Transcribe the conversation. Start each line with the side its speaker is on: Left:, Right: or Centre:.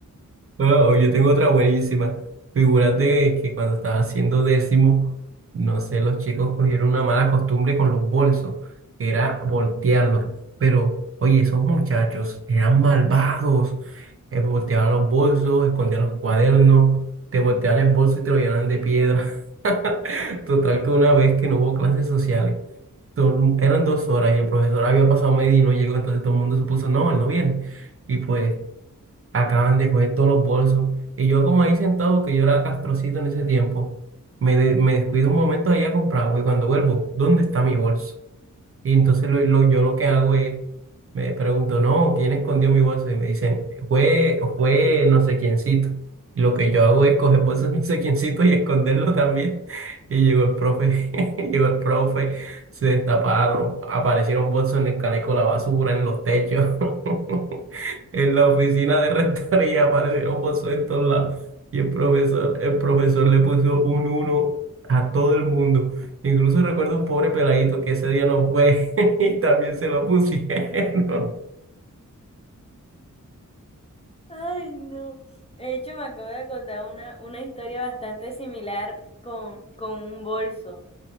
Right: No, yo tengo otra buenísima. Figúrate que cuando estaba haciendo décimo, no sé, los chicos cogieron una mala costumbre con los bolsos, que era voltearlos. Pero, oye, esos muchachos eran malvados. Eh, volteaban los bolsos, escondían los cuadernos, te volteaban el bolso y te lo llenaban de piedra. <laughs> Total que una vez que no hubo clases sociales, todo- el mu- eran dos horas y el profesor había pasado media y no llegó, entonces todo el mundo supuso, no, él no viene. Y pues acaban de coger todos los bolsos. Y yo como ahí sentado, que yo era castrocito en ese tiempo, me, de- me descuido un momento ahí a comprar, güey, cuando vuelvo, ¿dónde está mi bolso? Y entonces lo, lo- yo lo que hago es, me pregunto, no, ¿quién escondió mi bolso? Y me dicen, fue, fue no sé quiéncito. Y lo que yo hago es coger bolsos <laughs> no sé quiéncito y esconderlo también. <laughs> Y llegó el profe, <laughs> llegó el profe, se destaparon, aparecieron bolsos en el caneco de la basura, en los techos, <laughs> en la oficina de rectoría, aparecieron bolsos en todos lados. Y el profesor, el profesor le puso un uno a todo el mundo. Incluso recuerdo un pobre peladito que ese día no fue <laughs> y también se lo pusieron. <laughs>
Left: Ay, no. De hecho, me acabo de acordar una, una historia bastante similar con, con un bolso.